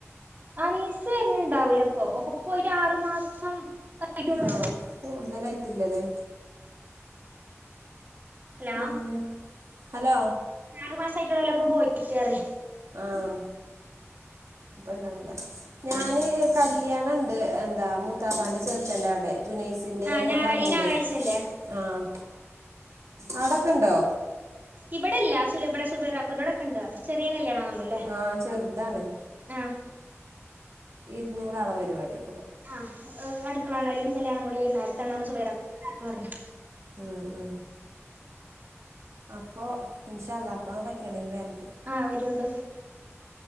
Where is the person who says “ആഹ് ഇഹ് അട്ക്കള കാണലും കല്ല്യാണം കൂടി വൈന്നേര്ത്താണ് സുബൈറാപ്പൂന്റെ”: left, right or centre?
Right